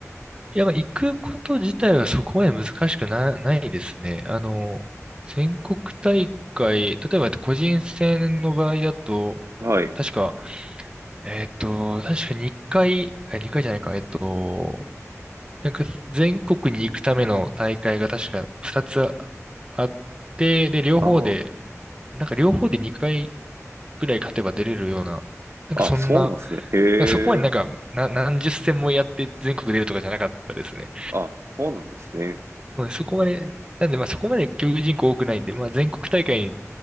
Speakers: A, on the right (about 20°); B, on the right (about 55°).
A: いや、まあ行くこと自体はそこまで難しくな、ないですね。あの、全国大会、例えば個人戦の場合だと、
B: はい。
A: 確か、えっと、確か2回、あ回じゃないか、えっと、なんか全国に行くための大会が確か2つあって、で、両方で、
B: あ
A: なんか両方で2回ぐらい勝てば出れるような、なんかそんな、
B: あ。あ、そうなんですね。へえ。
A: なんかそこまでなんか、な、何十戦もやって全国出るとかじゃなかったですね。
B: あ、そうなんですね。
A: そうねそこまで、なんでまあそこまで競技人口多くないんで、まあ全国大会に